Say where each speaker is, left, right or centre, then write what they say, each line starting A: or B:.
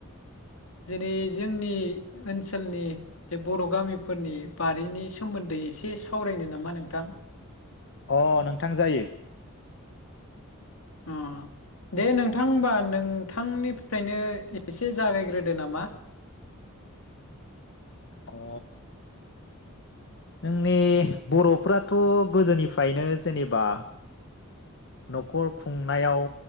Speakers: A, on the left; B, on the left.
A: जेरै जोंनि ओनसोलनि जे बर' गामिफोरनि बारिनि सोमोन्दै एसे सावरायनो नामा नोंथां?
B: अ नोंथां जायो।
A: अ दे नोंथां होनबा नोंथांनिफ्रायनो एसे जागायग्रोदो नामा
B: अ जोंनि बर'फोराथ गोदोनिफ्रायनो जेनेबा न'खर खुंनायाव